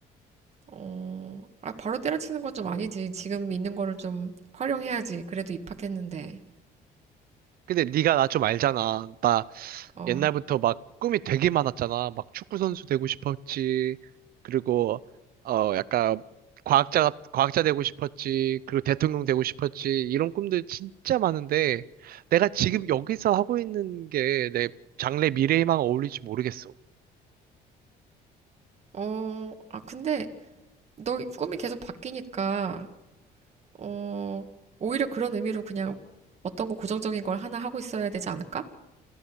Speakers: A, on the right; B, on the right.
A: 어, 아, 바로 때려치는 건 좀 아니지. 지금 있는 거를 좀 활용해야지. 그래도 입학했는데.
B: 근데 네가 나 좀 알잖아. 나
A: 어,
B: 옛날부터 막 꿈이 되게 많았잖아. 막 축구 선수 되고 싶었지. 그리고 어 약간 과학자 과학자 되고 싶었지. 그리고 대통령 되고 싶었지. 이런 꿈들 진짜 많은데 내가 지금 여기서 하고 있는 게 내 장래 미래에만 어울릴지 모르겠어.
A: 어, 아, 근데 너 꿈이 계속 바뀌니까, 어, 오히려 그런 의미로 그냥 어떤 거 고정적인 걸 하나 하고 있어야 되지 않을까?